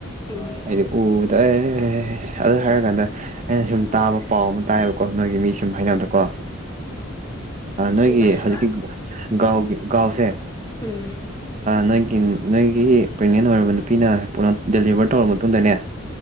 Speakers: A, on the left; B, on the right.
A: ꯎꯝ
B: ꯍꯥꯏꯗꯤ ꯎꯕꯗ ꯑꯦ ꯑꯗꯨ ꯍꯥꯏꯔ ꯀꯥꯟꯗ ꯑꯩꯅ ꯁꯨꯝ ꯇꯥꯕ ꯄꯥꯎ ꯑꯃ ꯇꯥꯏꯌꯦꯕꯀꯣ ꯅꯣꯏꯒꯤ ꯃꯤ ꯁꯨꯝ ꯍꯥꯏꯅꯕꯗꯀꯣ ꯅꯣꯏꯒꯤ
A: ꯑꯗꯨꯃꯥꯏ ꯍꯥꯏꯕ
B: ꯍꯧꯖꯤꯛꯀꯤ ꯒꯥꯎꯒꯤ ꯒꯥꯎꯁꯦ
A: ꯎꯝ
B: ꯅꯣꯏꯒꯤ ꯅꯣꯏꯒꯤ ꯄ꯭ꯔꯦꯒꯅꯦꯟ ꯑꯣꯏꯔꯕ ꯅꯨꯄꯤꯅ ꯄꯨ ꯗꯦꯂꯤꯚꯔ ꯇꯧꯔꯕ ꯃꯇꯨꯡꯗꯅꯦ